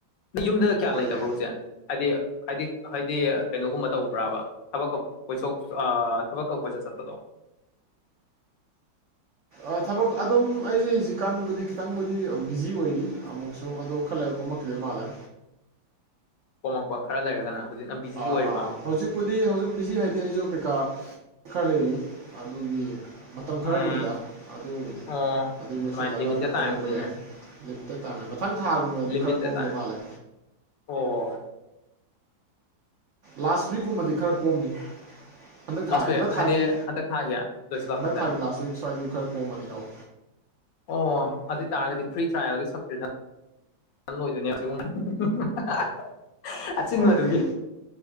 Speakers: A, on the left; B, on the right.
A: ꯌꯨꯝꯗ ꯀꯌꯥ
B: ꯍꯣꯏꯅꯦ
A: ꯂꯩꯇꯕ꯭ꯔꯣ ꯍꯧꯖꯤꯛꯁꯦ ꯍꯥꯏꯗꯤ ꯍꯥꯏꯗꯤ ꯍꯥꯏꯗꯤ ꯀꯩꯅꯣꯒꯨꯝꯕ ꯇꯧꯕ꯭ꯔꯥꯕ ꯊꯕꯛꯀ ꯀꯣꯏꯊꯣꯛ ꯑ ꯊꯕꯛꯀ ꯀꯣꯏꯆꯠ ꯆꯠꯄꯗꯣ
B: ꯑ ꯊꯕꯛ ꯑꯗꯨꯝ ꯑꯩꯁꯦ ꯍꯧꯖꯤꯛꯀꯥꯟꯕꯨꯗꯤ ꯈꯤꯇꯪꯕꯨꯗꯤ ꯕꯤꯖꯤ ꯑꯣꯏꯔꯤ ꯑꯃꯨꯛꯁꯨ ꯑꯗꯣ ꯈꯂꯩꯔ ꯀꯣꯝꯃꯛꯈꯤꯅꯤ <unintelligible> ꯃꯥꯂꯦ
A: ꯀꯣꯝꯃꯛꯄ ꯈꯔ ꯂꯩꯔꯒꯅ ꯍꯧꯖꯤꯛꯅ ꯕꯤꯖꯤ
B: ꯑꯥ
A: ꯑꯣꯏꯔꯤꯕ
B: ꯑꯥ ꯍꯧꯖꯤꯛꯄꯨꯗꯤ ꯍꯧꯖꯤꯛ ꯕꯤꯖꯤ ꯍꯥꯏꯗꯤ ꯑꯩꯁꯨ ꯀꯩꯀꯥ ꯈꯔ ꯂꯩꯔꯤ ꯑꯗꯨꯒꯤ ꯃꯇꯝ ꯈꯔꯒꯤꯅꯤꯗ
A: ꯎꯝ
B: ꯑꯗꯨꯕꯨꯗꯤ
A: ꯑꯣ
B: ꯑꯗꯨ ꯂꯣꯏꯁꯤꯜꯂꯒ
A: ꯑꯗꯨꯃꯥꯏꯅ ꯂꯤꯃꯤꯇꯦꯠ
B: ꯐꯠ
A: ꯇꯥꯏꯝꯒꯤꯅꯤꯅꯦ
B: ꯀꯣꯝꯃꯛꯄ ꯌꯥꯏ <unintelligible> ꯃꯊꯪ ꯊꯥꯒꯨꯝꯕꯗꯗꯤ
A: ꯂꯤꯃꯤꯇꯦꯠ
B: ꯈꯔ ꯀꯣꯝꯗꯣꯏ
A: ꯇꯥꯏꯝ
B: ꯃꯥꯜꯂꯦ
A: ꯑꯣ
B: ꯂꯥꯁ ꯋꯤꯛꯀꯨꯝꯕꯗꯤ ꯈꯔ ꯀꯣꯝꯅꯤ ꯍꯟꯗꯛ
A: ꯂꯥꯁ
B: ꯊꯥꯒꯤ
A: ꯋꯤꯛ
B: ꯍꯟꯗꯛ
A: ꯍꯥꯏꯗꯤ
B: ꯊꯥꯒꯤ
A: ꯍꯟꯗꯛ ꯊꯥꯒꯤ ꯂꯣꯏꯁꯤꯜꯂꯛꯄꯁꯦ
B: ꯍꯟꯗꯛ ꯊꯥꯒꯤ ꯂꯥꯁ ꯋꯤꯛ ꯁ꯭ꯋꯥꯏꯗꯤ ꯈꯔ ꯀꯣꯝꯕꯅꯤ ꯑꯧ
A: ꯑꯣ ꯑꯗꯣꯏ ꯇꯥꯔꯒꯗꯤ ꯐ꯭ꯔꯤ ꯇ꯭ꯔꯥꯏꯒꯤ <unintelligible> ꯅꯜ ꯂꯣꯏꯗꯣꯏꯅꯦ <unintelligible> ꯑꯆꯤꯟꯕꯗꯨꯒꯤ
B: ꯍꯣꯏꯅꯦ